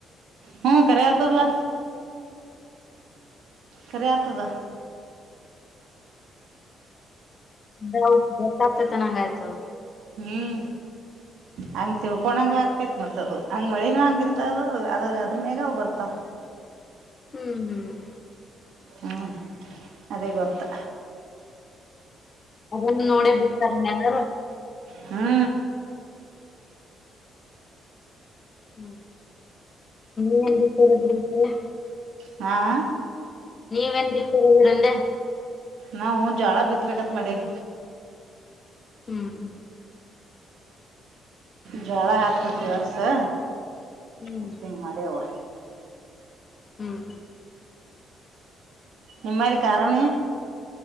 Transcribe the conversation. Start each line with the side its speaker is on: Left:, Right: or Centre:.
Right: ಹು ಕರೆ ಆತದಲ್ಲ ಕರೆ ಆತದ
Left: <unintelligible> ಹಾನಗೆ ಆಯ್ತು
Right: ಹಾಂ ಹಂಗ ತಿಳ್ಕೊಡಂಗ ಆಕೈತ್ ಮತ್ ಅದು ಹಂಗ್ ಮಳಿನ ಹಂಗ ಇರ್ತ ಅದು ಅದು ಅದ್ರ ಅದ್ರ ಮೇಗಾ ಅದು ಬರ್ತಾವ್
Left: ಹ್ಮ್ ಹ್ಮ್
Right: ಹ ಅದೇ ಗೊತ್ತು
Left: ಅದನ್ ನೋಡೇ ಬಿಡ್ತಾರೆ ಮ್ಯಾಗ
Right: ಹಾ
Left: ಹ್ಮ ನೀವೇನು ಬಿತಾರೆ ಬೆಳಿತೀರಿ
Right: ಹಾಂ
Left: ನೀವನ್ ಬಿತೀರಾ ಅಂದೇ
Right: ನಾವು ಜೋಳ ಬಿತ್ತಬೇಕು ಅಂತ ಮಾಡೀವಿ
Left: ಹ್ಮ್ ಹ್ಮ್
Right: ಜೋಳ ಹಾಕಬೇಕು ಇವತ್ತು
Left: ಹ್ಮ್
Right: ಅಷ್ಟೇ ಹಂಗ್ ಮಾಡಿಯವ್ವ
Left: ಹ್ಮ್
Right: ನಿಮ್ಮರೀ ಕರಣಿ